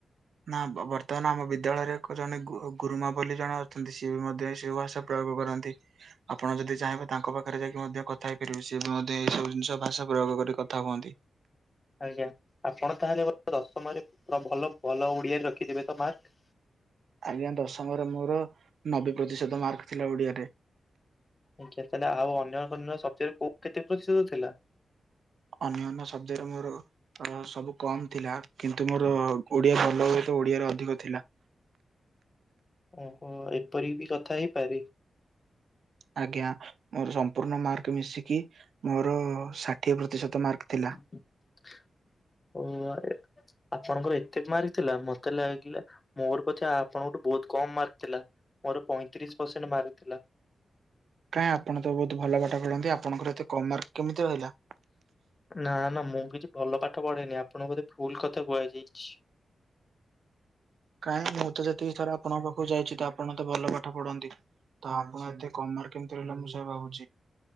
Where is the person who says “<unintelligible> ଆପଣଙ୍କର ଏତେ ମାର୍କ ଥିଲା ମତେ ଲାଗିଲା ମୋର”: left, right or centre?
Left